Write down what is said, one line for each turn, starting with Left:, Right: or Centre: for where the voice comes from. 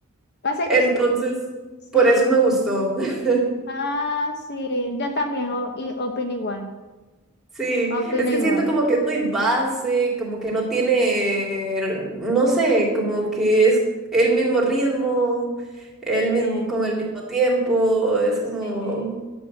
Left: Pasa
Centre: entonces,
Left: que s- sí.
Centre: por eso me gustó. <laughs>
Left: Ah, sí, yo también o- y opino igual.
Centre: Sí,
Left: Opino
Centre: es que
Left: igual.
Centre: siento como que es muy base, como que no tiene, no sé, como que es el mismo ritmo, el mismo,
Left: Bien,
Centre: con el mismo tiempo, es
Left: sí.
Centre: como...